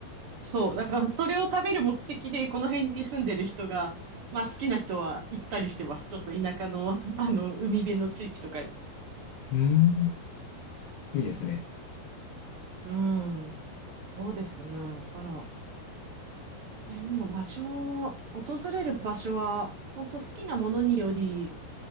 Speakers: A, on the right (about 70°); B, on the left (about 80°).
A: そう。だからそれを食べる目的で、この辺に住んでる人が、まあ好きな人は行ったりしてます。ちょっと田舎の、<laughs> あの、海辺の地域とかに。
B: うん、いいですね。
A: うん。そうですね。だから、え、でも場所、訪れる場所は、本当好きなものにより、